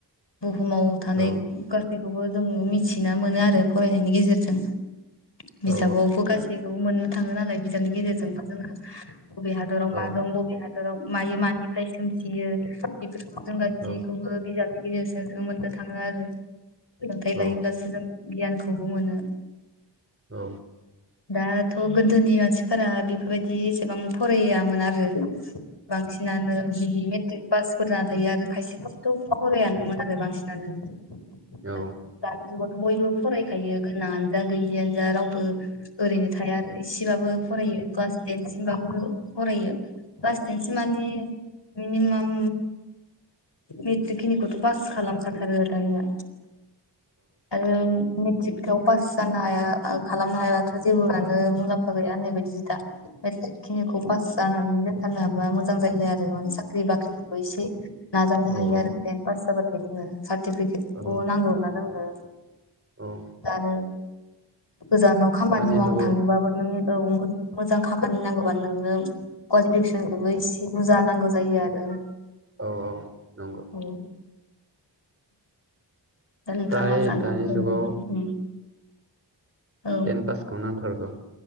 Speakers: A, on the left; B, on the right.
A: बुहुमाव थानाय
B: औ
A: गासैखौ जों मिथिना मोनो आरो फरायनायनि गेजेरजों बिजाबावबो
B: औ
A: गासै मोननो थाङो नालाय बिजाबनि गेजेरजोंबो जोङो। बबे हादराव मा
B: औ
A: दं बबे हादराव मायो मानिफ्राय सोमजियो बेफोरखौ। जों गसैखौबो
B: औ
A: बिजाबनि गेजेरजों सो मोन्नो थाङो आरो सोलोंथायाइ
B: औ
A: लायोब्लासो जों गियानखौबो मोनो।
B: औ।
A: दाथ' गोदोनि मानसिफोरा बेफोरबायदि एसेबां फरायामोन आरो बांसिन मानो बांसिनानो बिदि मेट्रिक पासफोर जाना थायो आरो खायसे खायसेथ' फरायानोमोन आरो बांसिनानो।
B: औ।
A: दानि जुगावथ' बयबो फरायखायो गोनाङानो जा गैयियानो जा रावबो ओरैनो थाया आरो इसेबाबो फरायो। क्लास टेनसिमबाबो फरायो क्लास टेनसिम माने मिनिमाम मेट्रिक खिनिखौथ' पास खालामखाथारो दानिया आरो मेट्रिकगाव पास जानो हाया खालामनो हायाबाथ' जेबोआानो मुलाम्फा गैया होननाय बायदिसो दा। मेट्रिक खिनिखौ पास जानानै दोनथारनो हाबा मोजां जायो आरो माने साख्रि बाख्रिफोरबो एसे नाजानो
B: औ
A: हायो
B: औ
A: आरो टेन पास जाबाथाय जोंङनो सार्टिफिकेटखौ
B: औ
A: नांगौ ना जोंनो
B: औ
A: आरो गोजानाव खामानि
B: दानि
A: मावनो
B: जुगाव
A: थांनोबाबो नों औ मोमोजां खामानि नांगौबा नोंनो कुवालिफिकेसनखौबो इसे बुरजा नांगौ जायो आरो।
B: औ औ नंगौ।
A: औ दा नोंथाङा
B: फ्राय
A: मा सानो
B: दानि
A: ओरैनो
B: जुगाव
A: उम। औ
B: टेन पासखौ नांथारगौ।